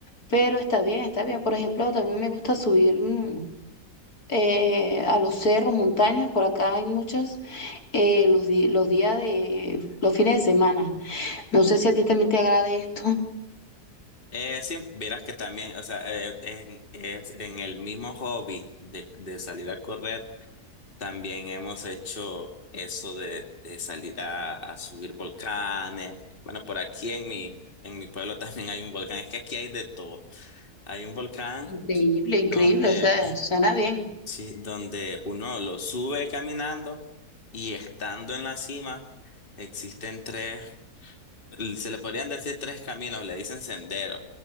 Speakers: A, on the left (about 70°); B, on the left (about 35°).
A: Pero está bien, está bien. Por ejemplo, también me gusta subir mm, eh, a los cerros, montañas, por acá hay muchas, eh, los, di- los días de, los fines de semana. No sé si a ti también te agrade esto.
B: Eh, sí, verás que también, o sea, eh, en- es en el mismo hobby de, de salir a correr, también hemos hecho eso de, de salir a, a subir volcanes. Bueno, por aquí en mi, en mi pueblo <laughs> también hay un volcán, es que aquí hay de todo. Hay un volcán
A: Increíble, increíble,
B: donde
A: o sea, suena bien.
B: Sí, donde uno lo sube caminando y estando en la cima existen tres, l- se le podrían decir tres caminos, le dicen senderos,